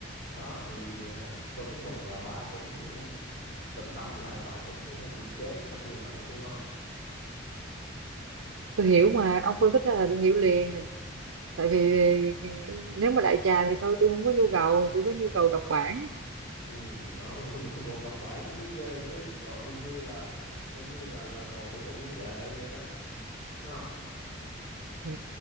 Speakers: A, on the left; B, on the right.
A: đó thì ờ, tôi cũng mừng là bà cũng ờ, tĩnh tâm lại bà cũng ờ, kiềm chế sau khi mà bà nghe tôi nói
B: tôi hiểu mà ông phân tích ra là tôi hiểu liền tại vì ờ, nếu mà đại trà thì thôi tôi không có nhu cầu tôi có nhu cầu đọc bản
A: ừ đó <laughs> còn còn, còn đọc bản nó mới ghê chứ rồi y như là y như là là đồ thủ công mỹ nghệ vậy đó đúng không
B: ừ.